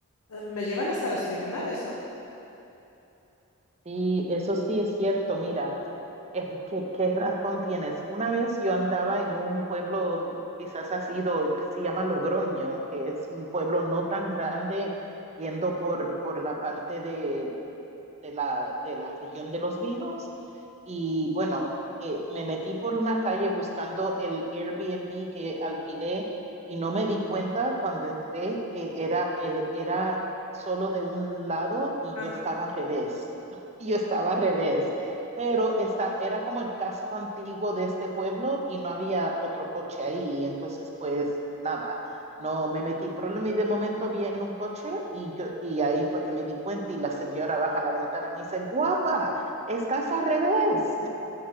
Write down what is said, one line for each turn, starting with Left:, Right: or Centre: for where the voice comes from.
Left: eh, me llevan hasta los tribunales, ¿no?
Right: Y eso sí es cierto, mira, eh, ¿qué, qué razón tienes? Una vez yo andaba en un pueblo, quizás has ido, que se llama Logroño, que es un pueblo no tan grande yendo por, por la parte de, de la, de la región de los vinos y bueno, eh, me metí por una calle buscando el Airbnb que alquilé y no me di cuenta cuando entré que era, eh, era solo de un lado y
Left: Ajá.
Right: yo estaba al revés, <laughs> y
Left: Sí,
Right: yo estaba al revés, pero esta, era como el casco antiguo de este pueblo y no había otro coche ahí, entonces pues nada, no me metí en problema y de momento vi en un coche y, yo, y ahí fue que me di cuenta y la señora baja la ventana y me dice, guapa, estás al revés.